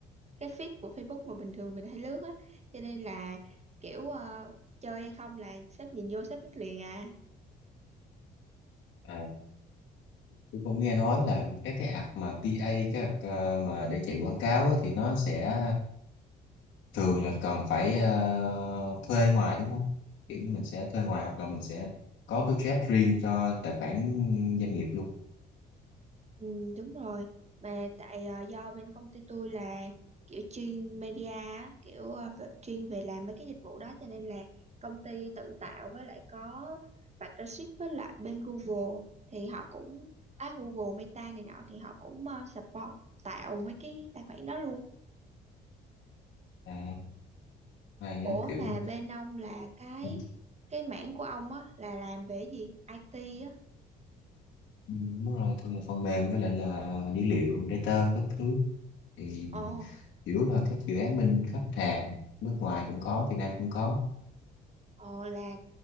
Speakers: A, on the right; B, on the left.
A: cái feed của Facebook mà bình thường mình hay lướt á cho nên là kiểu ờ, chơi hay không là sếp nhìn vô sếp biết liền à
B: À, tôi cũng nghe nói là các cái app mà PA các app ờ, mà để chạy quảng cáo á, thì nó sẽ thường là cần phải ờ, thuê ngoài đúng không kiểu như mình sẽ thuê ngoài hoặc là mình sẽ có budget riêng cho tài khoản doanh nghiệp luôn
A: ừ, đúng rồi mà tại ờ, do bên công ty tôi là kiểu chuyên media á, kiểu ờ, v- chuyên về làm mấy cái dịch vụ đó cho nên là công ty tự tạo với lại có partnership với lại bên Google thì họ cũng à, Google Meta này nọ thì họ cũng ờ, support tạo mấy cái tài khoản đó luôn
B: à, hay
A: Ủa
B: á, kiểu
A: mà bên ông là cái
B: ừ,
A: cái mảng của ông á là làm về cái gì? IT á.
B: ừ, đúng rồi thường là phần mềm với lại là dữ liệu data các thứ thì
A: Ồ,
B: chủ yếu là các dự án bên khách hàng nước ngoài cũng có Việt Nam cũng có
A: ờ, là